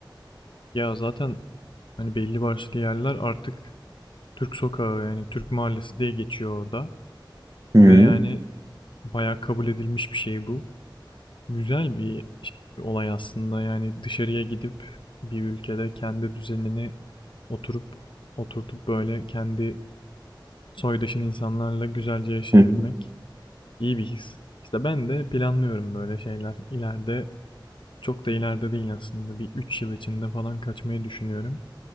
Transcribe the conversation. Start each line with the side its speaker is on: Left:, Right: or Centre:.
Left: Ya zaten hani belli başlı yerler artık Türk sokağı yani Türk mahallesi diye geçiyor orada.
Right: Hı
Left: Ve
Right: hı.
Left: yani bayağı kabul edilmiş bir şey bu. Güzel bir olay aslında, yani, dışarıya gidip bir ülkede kendi düzenini oturup oturtup, böyle, kendi soydaşın insanlarla güzelce yaşayabilmek
Right: Hı hı.
Left: iyi bir his. İşte ben de planlıyorum böyle şeyler. İleride, çok da ileride değil aslında, bir 3 yıl içinde falan kaçmayı düşünüyorum.